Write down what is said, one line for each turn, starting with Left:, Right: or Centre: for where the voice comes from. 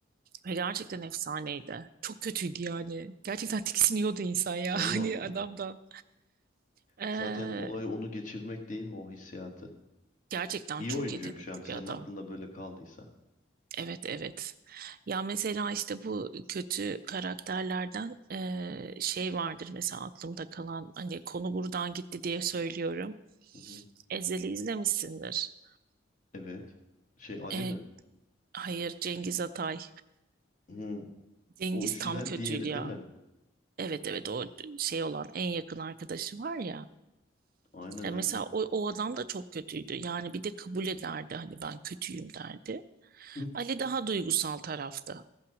Right: Ve gerçekten efsaneydi. Çok kötüydü yani. Gerçekten tiksiniyordu insan ya
Left: Allah
Right: <laughs> hani
Left: Allah.
Right: adamdan. Ee,
Left: Zaten olay onu geçirmek değil mi o hissiyatı?
Right: gerçekten
Left: İyi
Right: çok
Left: oyuncuyum
Right: yetenekli
Left: şu an senin
Right: bir adam.
Left: aklında böyle kaldıysa.
Right: Evet evet. Ya mesela işte bu kötü karakterlerden ee, şey vardır mesela aklımda kalan hani konu buradan gitti diye söylüyorum.
Left: Hı hı.
Right: Ezel'i izlemişsindir.
Left: Evet. Şey Ali
Right: Ee,
Left: mi?
Right: hayır Cengiz Atay.
Left: Hı.
Right: Cengiz
Left: O üçlüden
Right: tam kötüydü
Left: diğeri
Right: ya.
Left: değil mi?
Right: Evet evet o şey olan en yakın arkadaşı var ya.
Left: Aynen
Right: E,
Left: aynen.
Right: mesela o, o adam da çok kötüydü. Yani bir de kabul ederdi hani ben kötüyüm derdi.
Left: Hı,
Right: Ali daha duygusal tarafta.